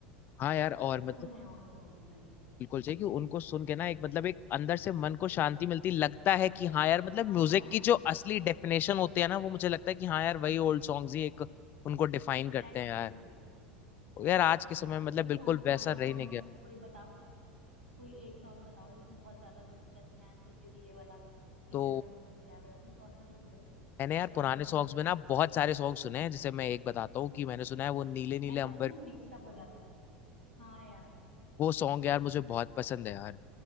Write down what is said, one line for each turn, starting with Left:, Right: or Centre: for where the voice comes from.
Left: हाँ यार
Right: वो
Left: और
Right: सुकून
Left: मतलब
Right: है ओल्ड सॉन्ग्स में
Left: बिल्कुल सही कि उनको सुन के ना एक मतलब एक अंदर से मन को शांति मिलती लगता है कि हाँ यार मतलब
Right: हाँ
Left: म्यूजिक
Right: हाँ
Left: की जो असली डेफिनेशन होती है ना वो मुझे लगता है कि हाँ यार वही ओल्ड सॉन्ग्स ही एक उनको डिफाइन
Right: एग्जैक्टली
Left: करते हैं यार
Right: exactly,
Left: यार आज
Right: हाँ
Left: के समय में मतलब
Right: मैं
Left: बिल्कुल
Right: तुम्हारे पुराने
Left: वैसा रह
Right: सॉन्ग
Left: ही नहीं
Right: में
Left: गया
Right: कोई बताओ कोई एक सॉन्ग बताओ जो तुम बहुत ज्यादा सुनते हो जैसे मैं सुनती थी ये वाला इतना
Left: तो
Right: ना मुझसे तो प्यार बड़ा तुम कौन सा सुनते हो
Left: मैंने यार
Right: ओल्ड
Left: पुराने
Right: सॉन्ग्स
Left: सॉन्ग्स
Right: में सबसे
Left: में ना
Right: ज्यादा
Left: बहुत सारे सॉन्ग सुने हैं जैसे मैं एक बताता हूँ कि मैंने सुना है वो नीले नीले
Right: ऐसा
Left: अंबर
Right: होता है ना मिक्सअप हो जाता है हाँ यार
Left: वो सॉन्ग यार मुझे बहुत पसंद है यार